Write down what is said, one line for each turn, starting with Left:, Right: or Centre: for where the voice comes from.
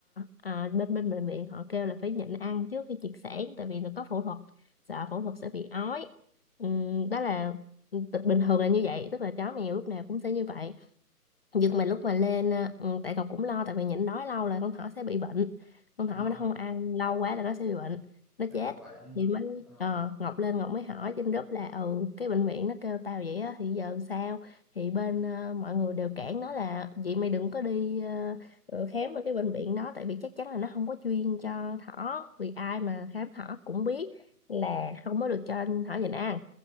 Left: à, bên bên bệnh viện họ kêu là phải nhịn ăn trước khi triệt sản tại vì nó có phẫu thuật sợ phẫu thuật sẽ bị ói Ừ, đó là T- bình thường là như vậy tức là chó mèo lúc nào cũng sẽ như vậy nhưng mà lúc mà lên à, ừ, tại cậu cũng lo tại vì nhịn đói lâu là con thỏ sẽ bị bệnh con thỏ
Centre: ờ
Left: mà nó không ăn lâu quá là nó sẽ bị bệnh nó
Centre: lại
Left: chết
Centre: còn vậy nữa hả
Left: thì mới
Centre: ờ
Left: ờ, Ngọc lên Ngọc mới hỏi trên group là ừ cái bệnh viện nó kêu tao vậy á thì giờ sao thì bên ờ, mọi người đều cản nó là vậy mày đừng có đi ờ, ờ, khám ở cái bệnh viện đó tại vì chắc chắn là nó không có chuyên cho thỏ vì ai mà khám thỏ cũng biết là không có được cho thỏ nhịn ăn